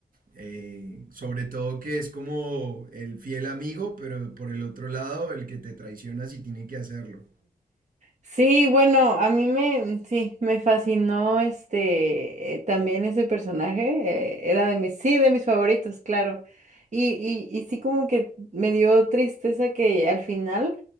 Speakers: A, on the right; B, on the right.
A: Eh, sobre todo que es como el fiel amigo, pero por el otro lado, el que te traiciona si tiene que hacerlo.
B: Sí, bueno, a mí me, sí, me fascinó este, eh, también ese personaje, eh, era de mis, sí, de mis favoritos, claro. Y, y, y sí como que me dio tristeza que al final